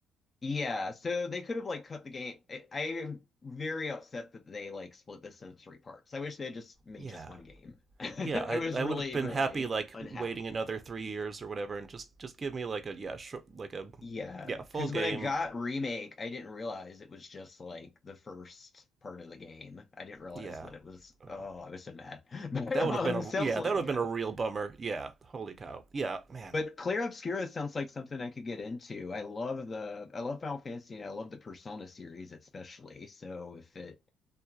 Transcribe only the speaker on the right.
Yeah.
Yeah, I,
I
would have been
happy like
waiting another three years or whatever, and just just give me like a yeah sh- like a
yeah full
game
yeah
uh,
that would
have been a
yeah that would have
been a real bummer yeah holy cow yeah man